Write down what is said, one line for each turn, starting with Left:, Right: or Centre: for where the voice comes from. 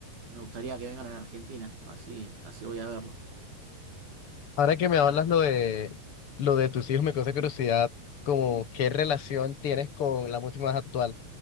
Right: me gustaría que vengan a la Argentina, así, así voy a verlos.
Left: Ahora que me hablas lo de lo de tus hijos, me causa curiosidad como qué relación tienes con la música más actual.